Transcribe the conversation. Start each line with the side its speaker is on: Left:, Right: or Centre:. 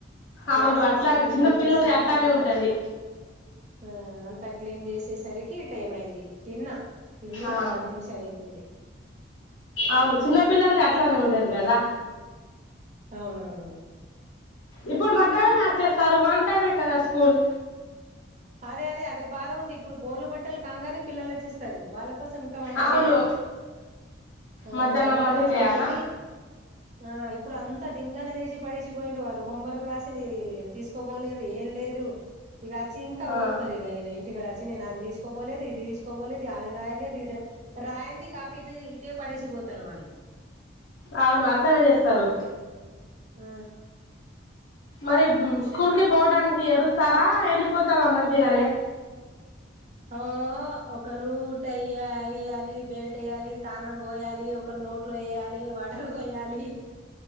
Left: అవును
Right: గ్యాస్ గీస్
Left: అట్లానే
Right: అన్ని
Left: చిన్న
Right: క్లీన్
Left: పిల్లలది
Right: చేసి బాటలి
Left: అట్లానే ఉంటది
Right: ఆ అంతా క్లీన్ చేసేసరికి టైం అయింది, తిన్నా. తిని
Left: ఆ
Right: ఒక పది నిమిషాలు అయితుంది.
Left: అవును చిన్నపిల్లలది అట్లానే ఉంటది కదా.
Right: అవునవును.
Left: ఇప్పుడు మధ్యాహ్న మే వచ్చేస్తారు వన్ టైమే కదా స్కూల్.
Right: అదే అదే అదే బాధ ఉంది, ఇప్పుడు బోలు బట్టలు కాంగనే పిల్లలు వచ్చేస్తరు వాళ్ళకు కోసం ఇంకా వంట
Left: అవును
Right: చేయాలి, ఆ
Left: మధ్యాహ్నం
Right: అదొక
Left: చేయాలనా
Right: మళ్ళీ ఆ ఇప్పుడు అంతా దింగన చేసి పడేసి పోయిండు వాళ్ళు, హోంవర్క్ రాసింది తీసుకోబోలేదు ఏం లేదు. ఇగ అచ్చి ఇంకా
Left: ఆ
Right: ఒర్రుతరు ఇగ ఇన ఇంటిగడ అచ్చి నేనది తి తీసుకోపోలేదు ఇది తీసుకోపోలేదు, అది రాయలేదు ఇది రా రాయంది కాపి ఇటు ఇటే పడేసి పోతరు వాళ్ళు.
Left: అవును అట్లనే చేస్తరు.
Right: ఆ
Left: మరి స్కూల్ కి పోవడానికి ఎడుస్తారా, ఎళ్ళిపోతారా మంచిగనే?
Right: ఓ ఓ ఒకళు టైం ఏయాలి యాలి బెల్ట్ ఎయ్యాలి తానం బోయాలి ఒకళు నోట్లో వేయాలి వాటర్ పోయాలి